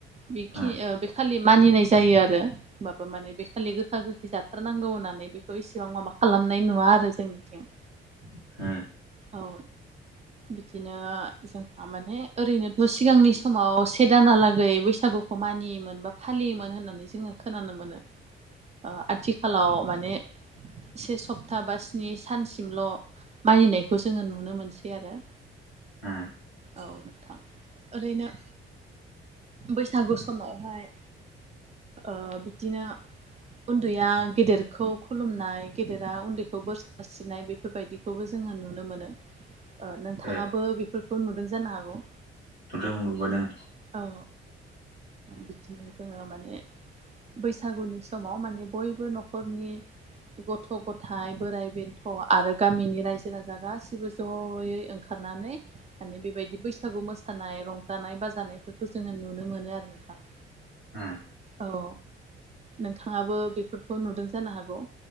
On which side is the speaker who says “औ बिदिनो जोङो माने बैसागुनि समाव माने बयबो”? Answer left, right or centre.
Right